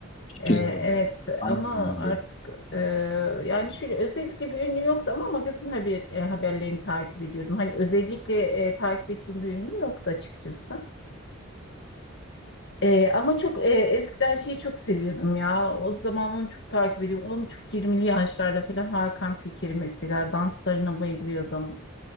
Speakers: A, on the left; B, on the left.
A: Kişiler
B: E,
A: olarak.
B: evet
A: Hangi
B: ama
A: ünlüleri?
B: artık e, yani şöyle özellikle bir ünlü yoktu ama magazin haber, e, haberlerini takip ediyordum. Hani özellikle e, takip ettiğim bir ünlü yoktu açıkçası. E, ama çok e, eskiden şeyi çok seviyordum ya. O zaman onu çok takip ediyordum. Onun çok 20'li yaşlarda falan Hakan Peker'i mesela danslarına bayılıyordum.